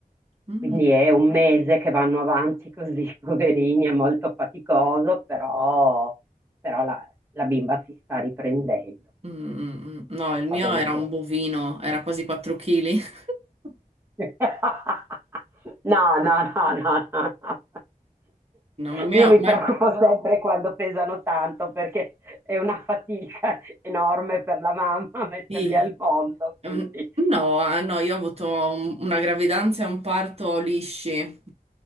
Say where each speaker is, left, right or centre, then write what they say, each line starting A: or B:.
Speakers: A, on the right (about 45°); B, on the right (about 15°).
A: Mm.
B: quindi è un mese che vanno avanti così, <laughs> poverini, è molto faticoso, però, però la, la bimba si sta riprendendo.
A: Mm,
B: quindi
A: mm, mm. No, il mio
B: Va bene
A: era
B: così.
A: un bovino, era quasi 4 kg. <laughs>
B: <laughs> No, no, no, no, no. no.
A: No, ma il mio...
B: Io mi
A: Ma...
B: preoccupo Brava. sempre quando pesano tanto perché è una fatica enorme per la mamma <laughs> metterli
A: sì.
B: al mondo, quindi
A: Mm, No, eh, no, io ho avuto un- una gravidanza e un parto lisci.